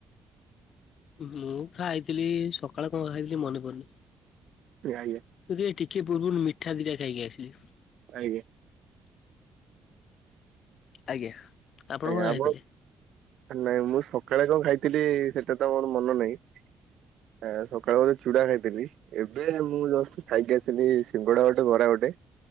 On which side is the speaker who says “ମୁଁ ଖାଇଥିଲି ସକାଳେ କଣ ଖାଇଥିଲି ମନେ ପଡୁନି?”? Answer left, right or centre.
Left